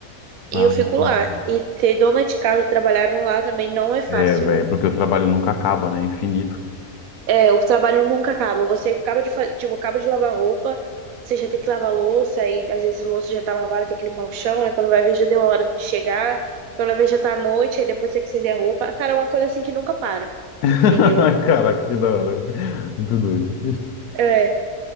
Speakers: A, on the left; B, on the right.
A: Ah,
B: e eu fico
A: entendi.
B: lá. E ter dona de casa trabalhar no lar também não é fácil,
A: É, velho,
B: viu?
A: porque o trabalho nunca acaba, né? É Infinito.
B: É, o trabalho nunca acaba. Você acaba de, fa- tipo, acaba de lavar roupa, você já tem que lavar louça, aí às vezes a louça já tá lavada, tem que limpar o chão, aí quando vai ver já deu a hora de chegar, quando vai ver já tá à noite, aí depois tem que estender a roupa. Cara, é uma coisa assim que nunca para,
A: <laughs>
B: entendeu?
A: Caraca, que da hora. Muito doido.
B: É,